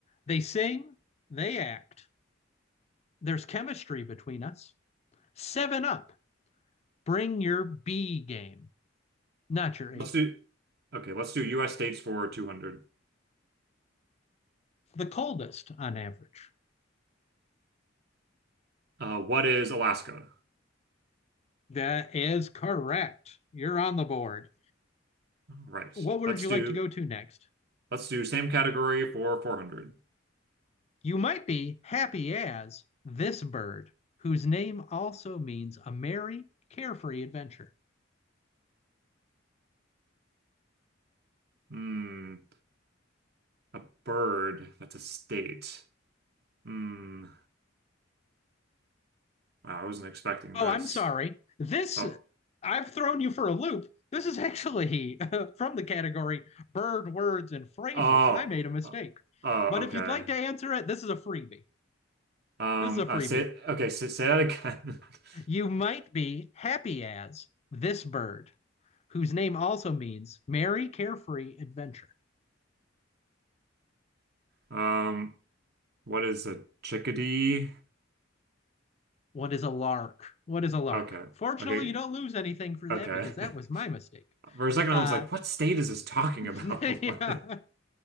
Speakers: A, on the left; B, on the right.
A: They sing, they act. There's chemistry between us. Seven up, bring your B game, not your A
B: Let's
A: game.
B: do, okay, let's do US states for 200.
A: The coldest on average.
B: Uh, what is Alaska?
A: That is correct. You're on the board.
B: Right.
A: What would
B: Let's
A: you
B: do,
A: like to go to next?
B: let's do same category for 400.
A: You might be happy as this bird, whose name also means a merry, carefree adventure.
B: Hmm, a bird. That's a state. Hmm. Wow, I wasn't expecting
A: Oh,
B: this.
A: I'm sorry. This,
B: Oh,
A: I've thrown you for a loop. This is actually <laughs> from the category bird words and phrases.
B: oh,
A: I made a mistake.
B: uh, oh,
A: But if
B: okay.
A: you'd like to answer it, this is a freebie.
B: Um,
A: This is a freebie.
B: uh, say, okay, say, say that again. <laughs>
A: You might be happy as this bird, whose name also means merry, carefree adventure.
B: Um, what is a chickadee?
A: What is a lark? What is a lark?
B: Okay,
A: Fortunately,
B: okay,
A: you don't lose anything for that
B: okay.
A: because that
B: <laughs>
A: was my mistake.
B: For a second,
A: Uh,
B: I was like, what state is this talking
A: <laughs>
B: about?
A: yeah.
B: <laughs>